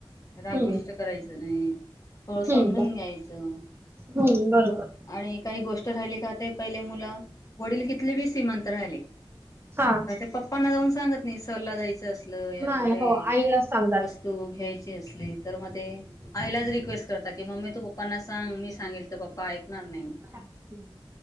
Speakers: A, on the left; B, on the right.
A: रागविष्ट
B: हम्म
A: करायचं नाही, थोडं
B: हम्म
A: समजून घ्यायचं, मग
B: हम्म बरोबर
A: आणि काही गोष्टी. <unintelligible> पहिले मुलं. वडील <unintelligible>
B: हा
A: तर ते पप्पांना जाऊन सांगत नाहीस. चल्ला जायचं. असल या
B: नाही
A: कुठे
B: हो आईला सांगतात
A: वस्तू घ्यायची असली तर मग ते आईलाच रिक्वेस्ट करता की मम्मी तू पप्पांना सांग मी सांगेल तर पप्पा ऐकणार नाही.
B: <unintelligible>